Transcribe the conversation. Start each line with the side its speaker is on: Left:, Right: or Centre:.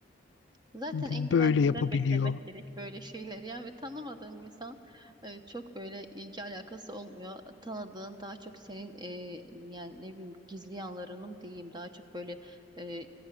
Right: zaten
Left: b-
Right: en güvendiğinden
Left: böyle yapabiliyor.
Right: beklemek gerek böyle şeyler. Yani ve tanımadığın insan e, çok böyle ilgi alakası olmuyor. Tanıdığın daha çok senin e, yani ne bileyim gizli yanlarının diyeyim daha çok böyle e, e,